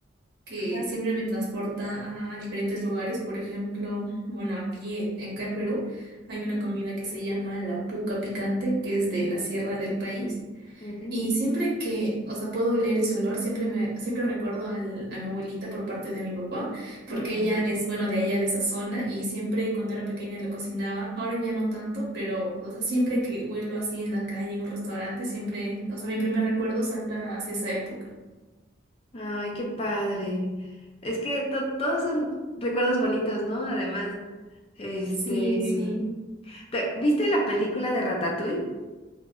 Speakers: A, on the right (about 55°); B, on the left (about 30°).
A: que
B: Ajá,
A: siempre me transporta a diferentes lugares. Por ejemplo, bueno, aquí, eh, acá en Perú, hay
B: ujú,
A: una comida que se llama la puca picante, que es de la sierra del país.
B: ujú.
A: Y siempre que, o sea, puedo leer ese olor, siempre me, siempre recuerdo al- a mi abuelita por parte de mi papá, porque
B: Ujú.
A: ella es, bueno, de allá de esa zona y siempre cuando era pequeña la cocinaba, ahora ya no tanto, pero, o sea, siempre que huelo así en la calle, en un restaurante, siempre, o sea, mi primer recuerdo salta hacia esa época.
B: Ay, qué padre. Es que to- todos son recuerdos bonitos, ¿no? Además, este.
A: Sí, sí.
B: ¿Te- ¿Viste la película de Ratatouille?